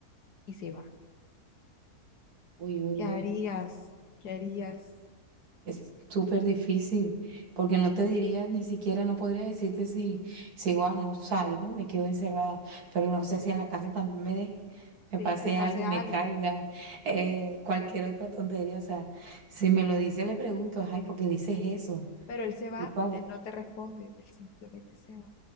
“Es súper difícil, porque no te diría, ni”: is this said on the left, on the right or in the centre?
Right